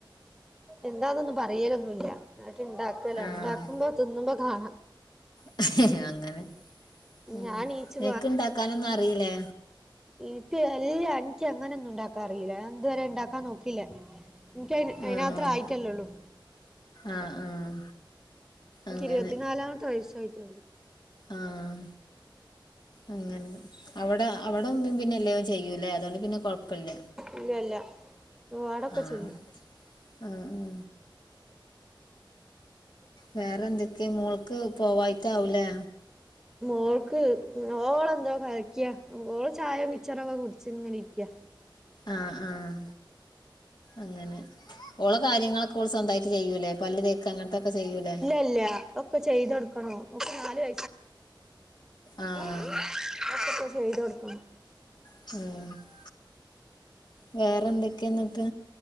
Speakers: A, in the centre; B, on the left.
A: എന്താന്നൊന്നും പറയലൊന്നൂല്ല <unintelligible> ഇണ്ടാക്കൂലോ
B: ആഹ്
A: ഇണ്ടാക്കുമ്പോ തിന്നുമ്പ കാണാ
B: <unintelligible> അങ്ങനെ ഉം
A: ഞാൻ നീച്ച്
B: നിക്ക് ഇണ്ടാക്കാനൊന്നും അറിയില്ലേ
A: ഇന്ക്ക് അല്ല. ഇന്ക്കി അങ്ങനെന്നും ണ്ടാക്കാറില ഞാൻ ഇതുവരെ ഇണ്ടാക്കാൻ നോക്കില്ല. ഇനിക്കയിന് അയിനാത്ര
B: ആഹ്
A: ആയിട്ടല്ലള്ളൂ
B: ആഹ് ആഹ്
A: എനിക്ക്
B: അങ്ങനെ
A: ഇരുപത്തിനാലാമത്തെ വയസ്സായിറ്റോള്ളൂ
B: ആഹ് അങ്ങനെ അവടെ അവിടെ ഉമ്മീം പിന്നെ എല്ലും ചെയ്യൂലേ അതുകൊണ്ട് പിന്നെ കൊഴപ്പല്ല.
A: ഇല്ല ഇല്ല ഓ ആടൊക്കെ
B: ആഹ്
A: ചെയ്യും
B: ആഹ് ആഹ് വേറെ എന്തൊക്കെ മോൾക്ക് പോവായിക്കാവൂലേ
A: മോൾക്ക് ഓളെന്താ കഴിക്യാ ഓള് ചായോ മിച്ചറൊക്കെ കുടച്ചിങ്ങനെ ഇരിക്ക
B: ആഹ് ആഹ് അങ്ങനെ ഓളോ കാര്യങ്ങളൊക്കെ ഓള് സ്വന്തായിട്ട് ചെയ്യൂലേ പല്ല് തേക്ക അങ്ങനത്തോക്കെ ചെയ്യൂലേ
A: അല്ല. ഒക്കെ ചെയ്തെടുക്കണം ഓക്ക് നാല് വ
B: ആഹ്
A: <unintelligible> അതക്കോക്ക് ചെയ്ത് കൊടുക്കണം
B: <inaudible> വേറെ എന്തൊക്കെയാ എന്നിട്ട്